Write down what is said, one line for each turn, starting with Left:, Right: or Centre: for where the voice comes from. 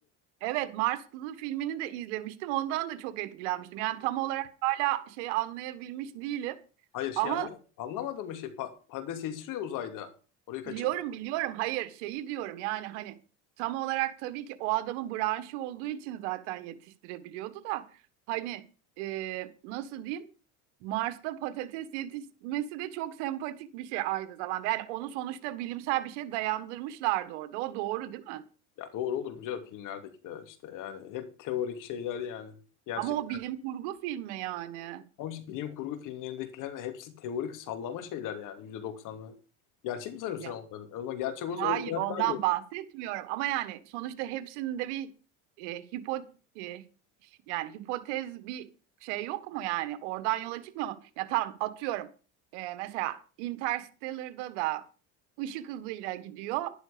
Right: evet Marslı filmini de izlemiştim. Ondan da çok etkilenmiştim. Yani tam olarak hala şeyi anlayabilmiş değilim.
Left: Hayır şey
Right: Ama
Left: anla- anlamadım mı şey pa patates yetiştiriyor uzayda. Orayı kaçırdım.
Right: Biliyorum biliyorum. Hayır şeyi diyorum yani hani tam olarak tabii ki o adamın branşı olduğu için zaten yetiştirebiliyordu da hani e, nasıl diyeyim Mars'ta patates yetişmesi de çok sempatik bir şey aynı zamanda. Yani onu sonuçta bilimsel bir şey dayandırmışlardı orada. O doğru değil mi?
Left: Ya doğru olur mu canım filmlerdeki de işte yani hep teorik şeyler yani. Gerçek.
Right: Ama o bilim kurgu filmi yani.
Left: Ama işte bilim kurgu filmlerindekilerin hepsi teorik sallama şeyler yani yüzde doksanlı. Gerçek mi sanıyorsun
Right: Ya,
Left: sen onları? O zaman gerçek olsa
Right: Hayır,
Left: öyle hayatlardı.
Right: ondan bahsetmiyorum. Ama yani sonuçta hepsinin de bir e, hipo e, yani hipotez bir şey yok mu yani? Oradan yola çıkmıyor mu? Ya tamam atıyorum. E, mesela Interstellar'da da ışık hızıyla gidiyor